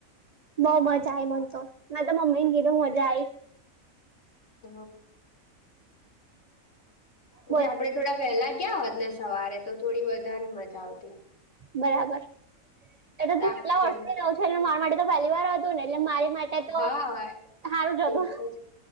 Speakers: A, on the right; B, on the left.
A: બઉુ મજા આઈ મન તો મેં તો મમ્મીને કીધું મજા આઈ.
B: હ હ
A: બોલ
B: જે આપડે થોડા વહેલા ગયા હોત ને સવારે તો થોડી વધારે મજા આવતી
A: બરાબર એટલે
B: તાક
A: તું કેટલા
B: પેલે
A: વર્ષોથી જઉં છે એટલે મારા માટે તો પહેલી વાર હતું ને એટલે મારી માટે તો
B: હા એ
A: સારું જ હતું.
B: તો જ.